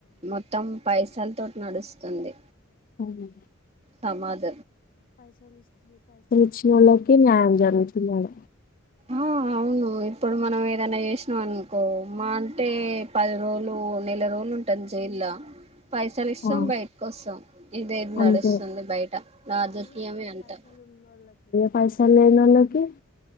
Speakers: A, on the right; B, on the left.
A: మొత్తం పైస్ అసలతోట నడుస్తుంది
B: అవునా
A: తమాజ
B: వచ్చినోళ్ళకి న్యాయం జరుగుతుంది ఆడ
A: ఆ అవును ఇప్పుడు మనం ఏదైనా చేసినాం అనుకో, మా అంటే పది రోజులు నెల రోజులు ఉంటుంది జైల్లో. పైసలు ఇస్తాం
B: ఆ
A: బయటకి వస్తాం ఇదేది నడుస్తుంది
B: అంతే
A: బయట రాజకీయమే అంటా
B: పైసా లేనోళ్ల కి